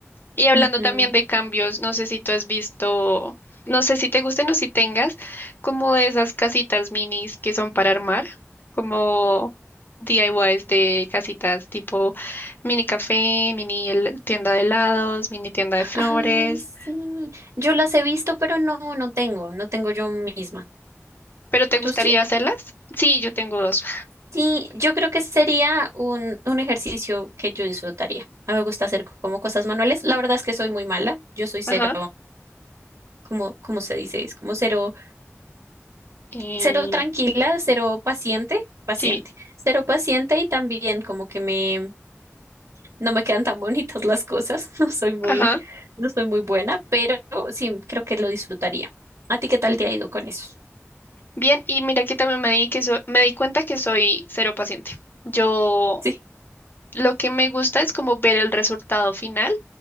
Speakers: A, on the left; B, on the right.
A: Y hablando
B: Ujú.
A: también de cambios, no sé si tú has visto, no sé si te gusten o si tengas, como de esas casitas minis que son para armar, como DIYs de casitas tipo mini café, mini hel- tienda de helados, mini tienda de flores.
B: Ay, sí. Yo las he visto, pero no, no tengo, no tengo yo misma.
A: ¿Pero te gustaría
B: ¿Tú sí?
A: hacerlas? Sí, yo tengo dos.
B: Sí, yo creo que sería un, un ejercicio que yo disfrutaría. A mí me gusta hacer como cosas manuales. La verdad es que soy muy mala. Yo soy cero,
A: Ajá.
B: como, ¿cómo se dice? Es como cero.
A: Y
B: cero tranquila, cero paciente, paciente,
A: sí,
B: cero paciente y también como que me, no me quedan tan bonitas las cosas, <laughs> no soy muy,
A: ajá.
B: no soy muy buena, pero sí, creo que lo disfrutaría. ¿A ti qué tal te ha ido con eso?
A: Bien, y mira que también me di que so- me di cuenta que soy cero paciente. Yo
B: Sí.
A: lo que me gusta es como ver el resultado final,